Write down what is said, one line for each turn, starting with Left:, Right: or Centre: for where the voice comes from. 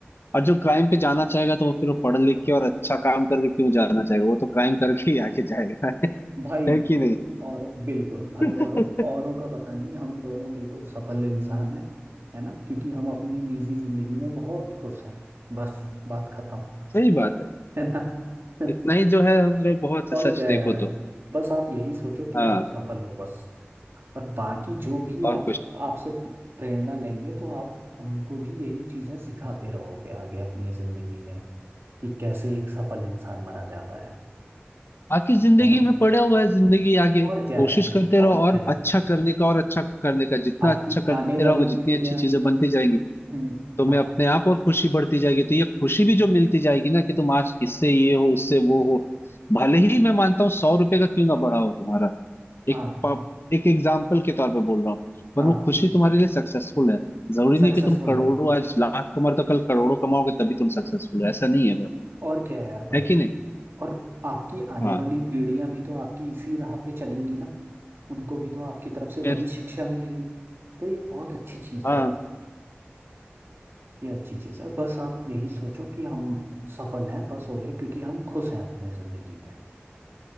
Left: और जो क्राइम पे जाना चाहेगा तो वो फिर वो पढ़ लिख के और अच्छा काम करके क्यों जाना चाहेगा वो तो क्राइम करके ही आगे जाएगा <laughs>
Right: भाई
Left: है कि नहीं
Right: और बिल्कुल भाई
Left: <laughs>
Right: और औरों का पता नहीं हम दोनों बिल्कुल सफल इंसान
Left: हम्म,
Right: हैं है ना क्योंकि हम अपनी निजी जिंदगी में बहुत खुश हैं बस बात खत्म
Left: सही बात है
Right: है ना <laughs>
Left: इतना ही जो है हमारे बहुत
Right: और
Left: है, सच
Right: क्या
Left: देखो
Right: यार
Left: तो
Right: बस आप यही सोचो कि
Left: हाँ
Right: आप सफल हो बस और बाकी जो भी
Left: और
Right: आप
Left: कुछ
Right: आपसे प्रेरणा लेंगे तो आप उनको भी यही चीजें सिखाते रहोगे आगे अपनी जिंदगी में कि कैसे एक सफल इंसान बना जाता है
Left: बाकी जिंदगी
Right: है ना
Left: में पड़ा हुआ है जिंदगी आगे
Right: और क्या
Left: कोशिश
Right: है यार
Left: करते रहो
Right: और
Left: और
Right: क्या है यार
Left: अच्छा करने का और अच्छा करने का जितना
Right: आपकी
Left: अच्छा करते
Right: आने
Left: रहोगे
Right: वाली
Left: जितनी
Right: पीढ़ियां
Left: अच्छी चीजें बनती जाएंगी
Right: हम्म
Left: तुम्हें
Right: आपकी
Left: अपने आप और खुशी बढ़ती जाएगी तो ये खुशी भी जो मिलती जाएगी ना कि तुम आज इससे ये हो उससे वो हो भले ही मैं मानता हूँ सौ रुपए का क्यों ना बढ़ा हो तुम्हारा
Right: हाँ
Left: एक प- एक एग्जाम्पल के तौर पे बोल रहा हूँ पर
Right: हाँ
Left: वो खुशी तुम्हारे लिए सक्सेसफुल है जरूरी
Right: सक्सेसफुल
Left: नहीं कि तुम करोड़ों
Right: है
Left: आज लाख कमाओ तो कल करोड़ों कमाओगे तभी तुम सक्सेसफुल हो ऐसा नहीं है भाई
Right: और क्या है यार भाई
Left: है कि नहीं
Right: और आपकी आने
Left: हाँ
Right: वाली पीढ़ियां भी तो आपकी इसी राह पे चलेंगी ना उनको भी तो आपकी तरफ से वही
Left: फिर
Right: शिक्षा मिलेगी तो ये बहुत अच्छी चीज़
Left: हाँ
Right: है यार ये अच्छी चीज़ है बस आप यही सोचो कि हम सफल हैं बस हो गया क्योंकि हम खुश हैं अपनी ज़िंदगी में